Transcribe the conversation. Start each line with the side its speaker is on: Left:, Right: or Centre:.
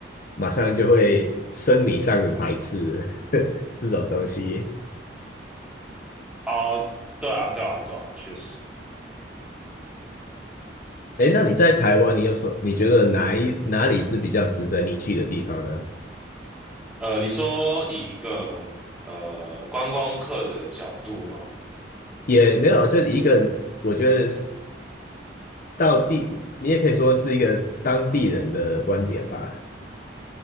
Left: 马上就会生理上的排斥 <laughs> 这种东西。
Centre: 哦，对啊对啊对啊，确实。
Left: 哎，那你在台湾，你有什你觉得哪一哪里是比较值得你去的地方呢？
Centre: 呃，你说以一个呃观光客的角度吗？
Left: 也没有，就一个我觉得是到地，你也可以说是一个当地人的观点吧。